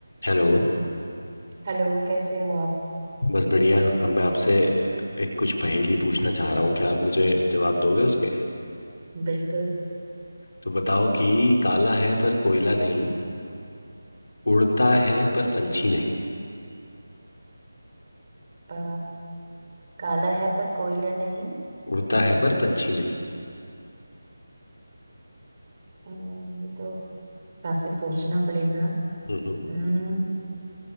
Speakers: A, on the left; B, on the right.
A: Hello
B: Hello कैसे हो आप
A: बस बढ़िया अब मैं आपसे अ, एक कुछ पहेली पूछना चाह रहा हूँ क्या आप मुझे जवाब दोगे उसके
B: बिल्कुल
A: तो बताओ कि काला है पर कोयला नहीं उड़ता है पर पंछी नहीं
B: आ, काला है पर कोयला नहीं
A: उड़ता है पर पंछी नहीं
B: अम्म, ये तो काफी सोचना पड़ेगा
A: हम्म हम्म,
B: अम्म,